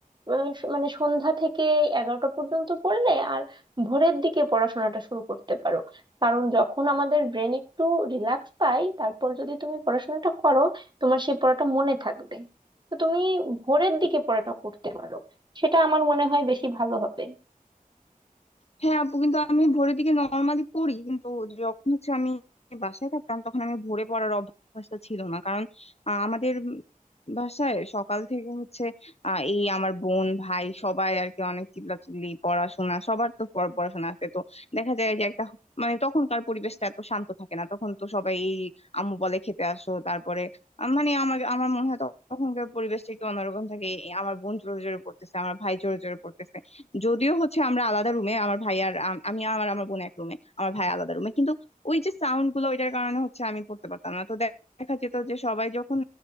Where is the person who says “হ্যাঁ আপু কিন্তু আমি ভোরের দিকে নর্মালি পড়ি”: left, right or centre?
Left